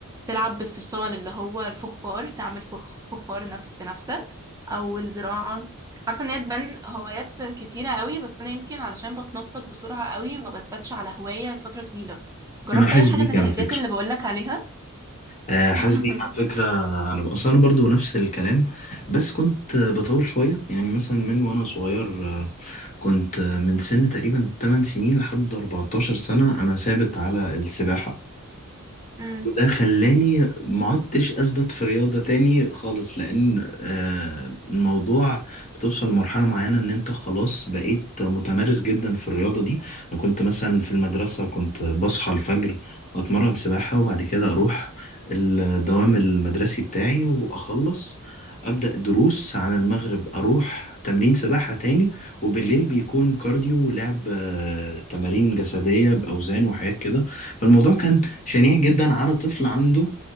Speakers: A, on the right (about 15°); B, on the left (about 35°).
A: تلعب بالصلصال اللي هو الفخار تعمل فرخ- فخار نفس بنفسك او الزراعة عارفة ان هي تبان هوايات كتيرة قوي بس انا يمكن علشان بتنطط بسرعة قوي وما بثبتش على هواية لفترة طويلة جربت
B: انا حاسس
A: اي حاجة
B: بيك
A: من الحاجات
B: على فكره
A: اللي بقولك عليها
B: آه، حاسس
A: <laughs>
B: بيك على فكرة أنا أصلا أنا برضو نفس الكلام بس كنت آه، بطول شوية يعني مثلا من وأنا صغير آه، كنت آه، من سن تقريبا 8 سنين لحد 14 سنة أنا ثابت على السباحة
A: امم
B: وده خلاني ما عدتش اثبت في رياضة تاني خالص لان آه، الموضوع بتوصل لمرحلة معينة ان انت خلاص بقيت متمرس جدا في الرياضة دي انا كنت مثلا في المدرسة كنت بصحى الفجر اتمرن سباحة وبعد كده اروح الدوام المدرسي بتاعي واخلص ابدا دروس على المغرب اروح تمرين سباحة تاني وبالليل بيكون كارديو ولعب آه، تمارين جسدية باوزان وحاجات كده فالموضوع كان شنيع جدا على طفل عنده